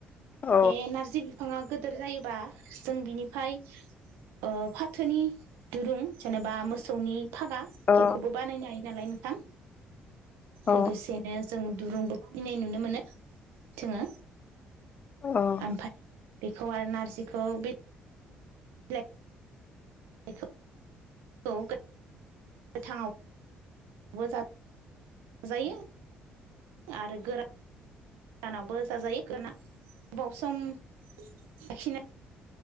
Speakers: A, on the left (about 40°); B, on the right (about 75°).
A: औ
B: बे नारजि बिफाङा गोदोर जायोबा जों बिनिफाय ओ फाथोनि दुरुं जेनेबा मोसौनि फागा
A: औ
B: बेखौबो बानायनो हायो नालाय नोंथां
A: ओं
B: लोगोसेनो जों दुरुंबो बानायनाय नुनो मोनो जोङो।
A: अ।
B: ओमफफ्राय बेखौ आरो नारजिखौ बे <unintelligible> <unintelligible> गोथाङाव। <unintelligible> जायो। आरो गोरा गोरानावबो जाजायो गोना गोबाव सम लाखिना